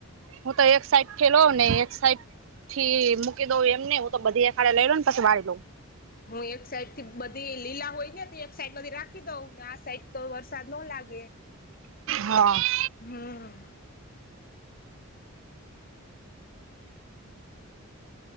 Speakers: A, on the right; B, on the left.
A: હું તો એક સાઈડ થેલો ને એક સાઈડ. થી મૂકી દઉં એમ ને હું તો બધીયે હાળે લઈ લઉ ને પસી વાળી લઉં.
B: હું એક સાઈડ થી બધી લીલા હોય ને તે એક સાઈડ બધી રાખી દઉં ને આ સાઈડ તો વરસાદ નો લાગે.
A: હાં.
B: હાં.